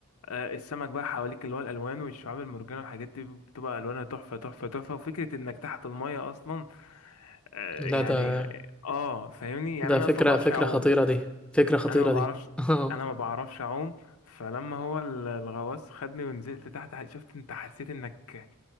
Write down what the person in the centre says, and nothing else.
لا
ده
ده
فكرة
فكرة
خطيرة دي فكرة خطيرة
دي
<laughs> اه